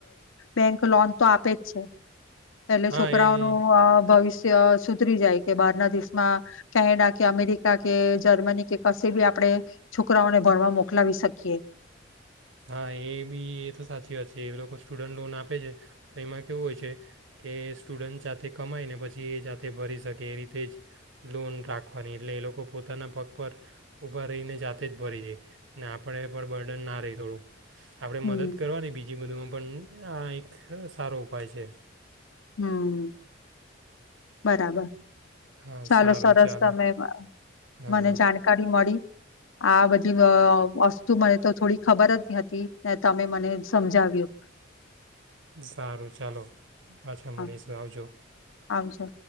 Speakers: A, on the left; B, on the right.
A: બેંક લોન તો આપે જ છે. એટલે
B: હા
A: છોકરાઓનું
B: એ
A: અ ભવિષ્ય ત્ય સુધરી જાય કે, બારના દેશમાં કેનેડા કે, અમેરિકા કે, જર્મની કે, કશે બી આપણે છોકરાઓને ભણવા મોકલાવી શકીએ.
B: હ, એ બી એ તો સાચી વાત છે. ‌એ લોકો સ્ટુડન્ટ લોન આપે છે. તો એમાં કેવું હોય છે, કે સ્ટુડન્ટ જાતે કમાય ને પછી, એ જાતે ભરી શકે. એ રીતે જ લોન રાખવાની એટલે એ લોકો પોતાના પગ પર ઊભા રહીને જાતે જ ભરી જાય. ને આપણે એ પર બર્ડન ના રે. થોડું આપણે
A: હમ,
B: મદદ કરવાની બી જી બધુ પણ આ એક સારો ઉપાય છે.
A: હમ બરાબર.
B: હા
A: ચાલો
B: સારું
A: સરસ,
B: ચાલો
A: તમે
B: હા
A: મને જાણકારી મળી. આ બધી વ અ વસ્તુ મને તો થોડી ખબર જ નતી ને તમે મને સમજાવ્યું.
B: સારું ચાલો. પાછા
A: હા,
B: મળીશું આવજો.
A: આવજો.